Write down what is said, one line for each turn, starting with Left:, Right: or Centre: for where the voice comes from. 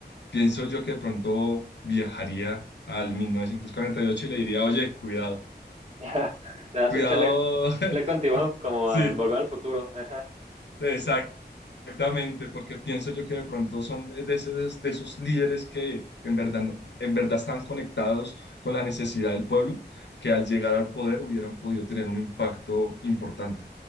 Left: Pienso yo que de pronto viajaría al 1948 y ocho y le diría, oye, cuidado,
Right: <laughs> Le das
Left: cuidado.
Right: un chaleco
Left: <laughs>
Right: antiguo como en Volver
Left: Sí,
Right: al Futuro. Ajá.
Left: exacto. Exactamente, porque pienso yo que de pronto son de, de ese- de esos líderes que en verdad, en verdad están conectados con la necesidad del pueblo, que al llegar al poder hubieran podido tener un impacto importante.